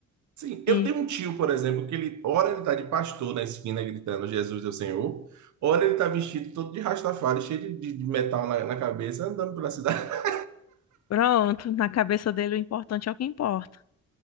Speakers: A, on the right; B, on the left.
A: Sim,
B: E
A: eu tenho um tio, por exemplo, que ele, ora ele tá de pastor na esquina gritando Jesus é o Senhor, ora ele tá vestido todo de Rastafari, cheio de, de- de metal na, na cabeça, andando pela cidade. <laughs>
B: pronto, na cabeça dele o importante é o que importa.